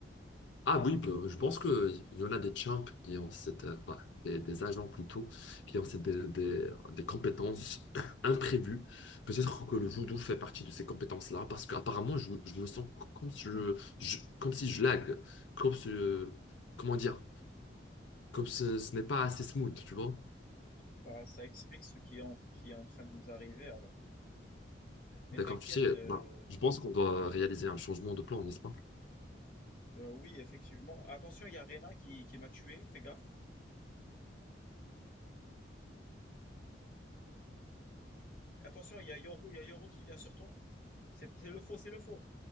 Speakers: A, on the left (about 75°); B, on the left (about 45°).
A: Ah oui, peu- je pense qu'il y en a des champs qui ont cette, euh, bah, des, des agents plutôt, qui ont cette- des, des- des compétences <coughs> <clears throat> imprévues. Peut-être que le judo fait partie de ces compétences-là, parce qu'apparemment, je, je me sens comme si je, je- comme si je lag, comme si, euh, comment dire, comme ce, ce n'est pas assez smooth, tu vois.
B: Bah, ça explique ce qui est en, qui est en train de nous arriver alors. Mais
A: D'accord,
B: t'inquiète,
A: tu sais,
B: euh,
A: bah, je pense qu'on doit réaliser un changement de plan, n'est-ce pas?
B: euh, oui, effectivement. Attention, il y a Rena qui, qui m'a tué, fais gaffe. Attention, il y a Yoru, il y a Yoru qui vient sur toi. C'est c'est le faux, c'est le faux.